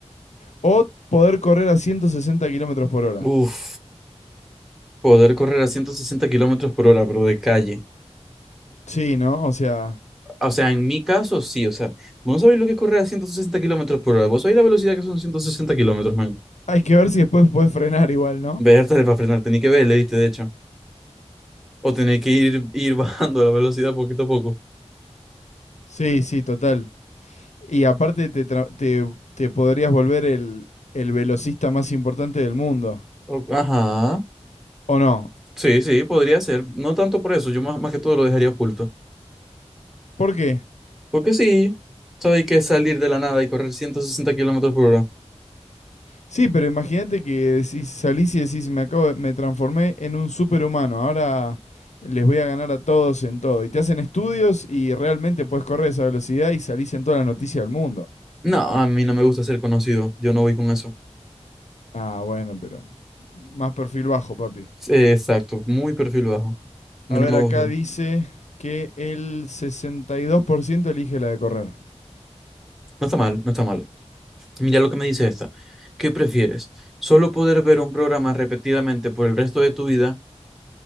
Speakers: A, on the left (about 80°); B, in the centre.
A: o poder correr a 160 kilómetros por hora.
B: Uf, poder correr a 160 kilómetros por hora, pero de calle.
A: Sí, ¿no? O sea,
B: O sea, en mi caso, sí. O sea, vos no sabéis lo que es correr a 160 kilómetros por hora. Vos sabéis la velocidad que son 160 kilómetros, man.
A: hay que ver si después puedes frenar igual, ¿no?
B: Verte para frenar, tenés que verle, viste, de hecho. O tenés que ir, ir <laughs> bajando la velocidad poquito a poco.
A: Sí, sí, total. Y aparte te, tra- te, te podrías volver el, el velocista más importante del mundo.
B: O- Ajá.
A: ¿O no?
B: Sí, sí, podría ser. No tanto por eso, yo más, más que todo lo dejaría oculto.
A: ¿Por qué?
B: Porque sí, sabéis que salir de la nada y correr 160 kilómetros por hora.
A: Sí, pero imagínate que decís, salís y decís, me acabo de- me transformé en un superhumano, ahora les voy a ganar a todos en todo. Y te hacen estudios y realmente puedes correr a esa velocidad y salís en todas las noticias del mundo.
B: No, a mí no me gusta ser conocido. Yo no voy con eso.
A: Ah, bueno, pero más perfil bajo, papi.
B: Sí, Exacto, muy perfil bajo. A
A: A
B: mí no
A: ver,
B: me
A: acá
B: gusta.
A: dice que el 62% elige la de correr.
B: No está mal, no está mal. Mira lo que me dice esta. ¿Qué prefieres? ¿Solo poder ver un programa repetidamente por el resto de tu vida